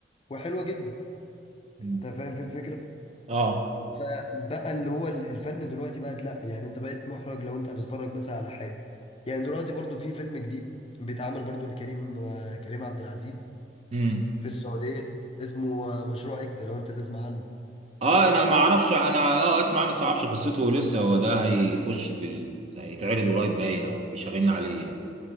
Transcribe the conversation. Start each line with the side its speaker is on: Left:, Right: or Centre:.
Left: وحلوه جدا
Right: مم.
Left: انت فاهم في الفكره
Right: اه
Left: فبقى اللي هو ال- الفن دلوقتي بقت لا يعني انت بقيت محرج لو انت هتتفرج مثلا على حاجه يعني دلوقتي برضو في فيلم جديد بيتعمل برضو لكريم آه، كريم عبد العزيز
Right: مم.
Left: في السعودية اسمه آه، مشروع اكس لو انت تسمع عنه
Right: اه انا ما اعرفش انا اه اسمع انا بس ما اعرفش قصته لسه هو ده هيخش في ال... هيتعرض قريب باين او بيشغلنا عليه يعني